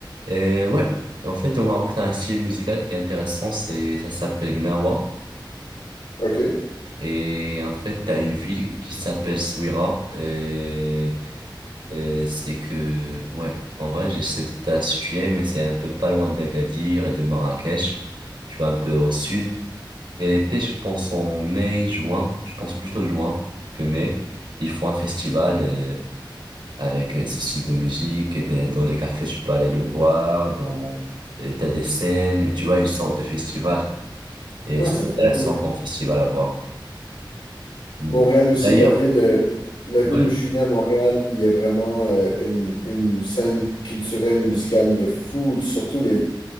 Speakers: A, on the right; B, on the left.
A: Euh, ouais, en fait, au Maroc, t'as un style musical qui est intéressant, c'est, ça s'appelle Gnawa.
B: OK.
A: Et en fait, t'as une ville qui s'appelle Souira. Euh, euh, c'est que, ouais, en vrai, j'essaie de te la situer, mais c'est un peu pas loin d'Agadir et de Marrakech. Tu vas un peu au sud. Et l'été, je pense en mai, juin, je pense plutôt juin que mai, ils font un festival. euh, avec euh, ce style de musique. Et t'es- dans les cafés, tu peux aller le voir. Dans, euh, t'as des scènes, tu vois, une sorte de festival. Et
B: Ah,
A: c'est
B: c'est trop
A: intéressant
B: cool.
A: comme festival à voir. Mm.
B: Montréal aussi,
A: D'ailleurs,
B: la ville, euh, la ville
A: ouais.
B: où je suis né à Montréal, il y a vraiment euh, une, une scène culturelle, musicale de fou, surtout l'été.